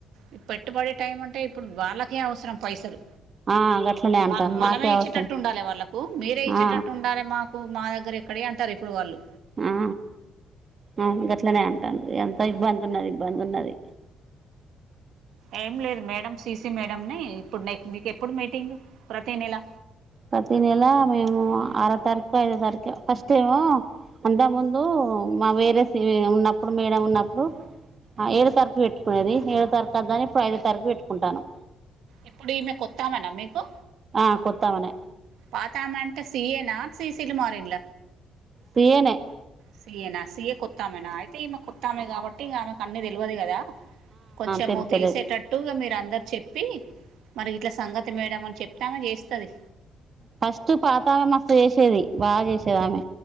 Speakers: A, on the right; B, on the right.
A: ఈ పెట్టుబడి టైమంటే ఇప్పుడు వాళ్ళకే అవసరం పైసలు
B: ఆ, గట్లనే అంటాను
A: మ మనమే
B: మాకే
A: ఇచ్చేటట్టు
B: అవసరం
A: ఉండాలి వాళ్ళలకు మీరే ఇచ్చేటట్టు
B: ఆ,
A: ఉండాలి మా కు మా దగ్గర ఎక్కడయి అంటారు ఇప్పుడు వాళ్ళు
B: ఆ ఆ గట్లనే అంటళ్ళు ఎంత ఇబ్బందున్నది ఇబ్బంది ఉన్నది ఎం
A: ఏం లేదు మేడం సీసీ మేడంని ఇప్పుడు నెక్ నీక్ ఎప్పుడు మీటింగ్ ప్రతీ నెల
B: ప్రతి నెల మేము ఆరో తారీఖు ఐదో తారీఖు ఫస్ట్ ఏమో అంతకు ముందు మా వేరే సి ఉన్నప్పుడు మేడం ఉన్నప్పుడు ఆ ఏడో తారీకు పెట్టుకునేది ఏడో తారీకు అద్దని ఇప్పుడు ఐదో తారీకు పెట్టుకుంటానం
A: ఇప్పుడు ఈమె కొత్త ఆమెనా మీకు
B: ఆ కొత్తమెనే
A: పాతామె అంటే సీఏనా సీసీలు మారిళ్ళ
B: సీఏనే
A: సీఏనా సీఏ కొత్తామెనా అయి తిమె కుత్తామే కాబట్టి ఇగ ఆమెకు అన్ని తెలువదు కదా కొంచెము
B: తెలుతలేదు
A: తెలిసేట ట్టు ఇగ మీరందరు చెప్పి మరి గిట్లా సంగతి మేడం అని చెప్తే ఆమె చేస్తది
B: ఫస్ట్ పాతామె మస్తు చేసేది బాగా చేసేది ఆమె